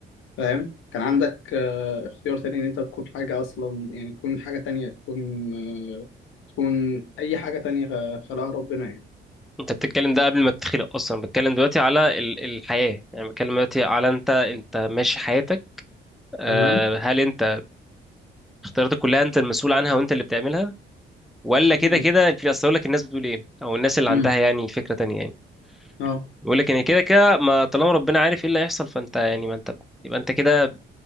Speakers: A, on the left; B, in the centre.
A: فاهم كان عندك آه، اختيار تاني ان انت تكون حاجه اصلا يعني تكون حاجه تانية تكون آه، تكون اي حاجه تانية خ- خلقها ربنا يعني
B: انت بتتكلم ده قبل ما تتخلق اصلا بتكلم دلوقتي على ال- الحياه يعني بتكلم دلوقتي على انت انت ماشي حياتك آه،
A: تمام
B: هل انت اختياراتك كلها انت المسؤول عنها وانت اللي بتعملها ولا
A: ال-
B: كده كده في اصل أقول لك الناس بتقول ايه او الناس اللي
A: امم
B: عندها يعني فكره تانية يعني
A: اه
B: بيقول لك ان كده كده ما طالما ربنا عارف ايه اللي هيحصل فانت يعني ما انت يبقى انت كده